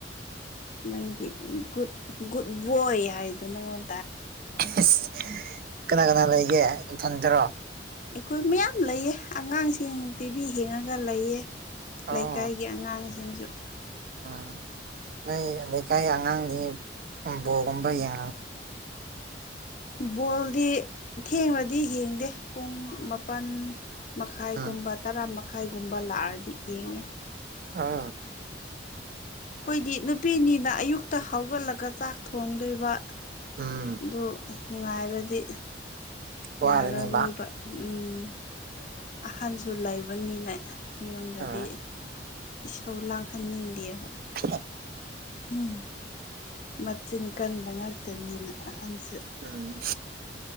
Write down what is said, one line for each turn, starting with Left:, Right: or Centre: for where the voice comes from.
Left: ꯅꯪꯗꯤ ꯒꯨꯠ ꯒꯨꯠ ꯕꯣꯢ ꯍꯥꯏꯗꯨꯅꯪꯉꯣꯟ
Right: ꯏꯁ ꯀꯅꯥ ꯀꯅꯥ ꯂꯩꯒꯦ ꯏꯊꯟꯇꯥꯔꯣ
Left: ꯑꯩꯈꯣꯏ ꯃꯌꯥꯝ ꯂꯩꯌꯦ ꯑꯉꯥꯡꯁꯤꯡ ꯇꯤꯚꯤ ꯌꯦꯡꯉꯒ ꯂꯩꯌꯦ
Right: ꯑꯣ
Left: ꯂꯩꯀꯥꯏꯒꯤ ꯑꯩ ꯑꯉꯥꯡꯁꯤꯡꯁꯨ
Right: ꯎꯝ ꯅꯣꯏ ꯂꯩꯀꯥꯏ ꯑꯉꯥꯡꯗꯤ ꯕꯣꯔꯒꯨꯝꯕ ꯌꯦꯡꯉ
Left: ꯕꯣꯜꯗꯤ ꯊꯦꯡꯔꯗꯤ ꯌꯦꯡꯗꯦ ꯄꯨꯡ ꯃꯥꯄꯜ ꯃꯈꯥꯏꯒꯨꯝꯕ
Right: ꯎꯝ
Left: ꯇꯔꯥ ꯃꯈꯥꯏꯒꯨꯝꯕ ꯂꯥꯛꯑꯗꯤ ꯌꯦꯡꯉꯦ
Right: ꯑꯥ
Left: ꯑꯩꯈꯣꯏꯗꯤ ꯅꯨꯄꯤꯅꯤꯅ ꯑꯌꯨꯛꯇ ꯍꯧꯒꯠꯂꯒ ꯆꯥꯛ ꯊꯣꯡꯗꯣꯏꯕ
Right: ꯎꯝ
Left: ꯑꯗꯨ ꯉꯥꯏꯔꯗꯤ
Right: ꯋꯥꯔꯅꯤꯕ
Left: ꯌꯥꯔꯒꯣꯏꯕ ꯎꯝ ꯑꯍꯟꯁꯨ ꯂꯩꯕꯅꯤꯅꯦ ꯌꯨꯝꯗꯗꯤ
Right: ꯎꯝ
Left: ꯏꯁꯥꯎ ꯂꯥꯡꯍꯟꯅꯤꯡꯗꯦꯕ
Right: <unintelligible>
Left: ꯎꯝ ꯃꯆꯤꯟ ꯀꯟꯕ ꯉꯥꯛꯇꯅꯤꯅ ꯑꯍꯟꯁꯨ
Right: ꯎꯝ